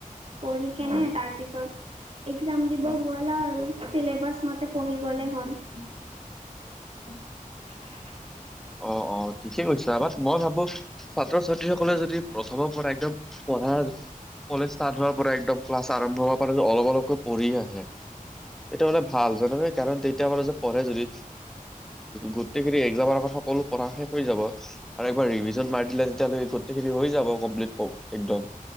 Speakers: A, on the right; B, in the centre.
A: পঢ়ি কেনে
B: উম,
A: তাৰ পিছত- এক্সাম দিব গলা আৰু চিলেবাছ মতে পঢ়ি গ'লে হ'ল। <unintelligible>
B: অঁ অঁ ঠিকে কৈছা বাত মই ভাবো ছাত্ৰ ছাত্ৰী সকলে যদি- প্ৰথমৰ পৰা একদম পঢ়া- কলেজ ষ্টাৰ্ট হোৱাৰ পৰা একদম ক্লাছ আৰম্ভ হব পৰা অলপ অলপকৈ পঢ়ি থাকে- এইটো হলে ভাল জাননে? কাৰণ তেতিয়া হলে যে পঢ়ে যদি গোটেইখিনি একজামৰ আগত- শেষ কৰা শেষ যাব আৰু একবাৰ ৰিভিজন মাৰি দিলে তেতিয়া গোটেইখিনি হৈ যাব কমপ্লিত একদম।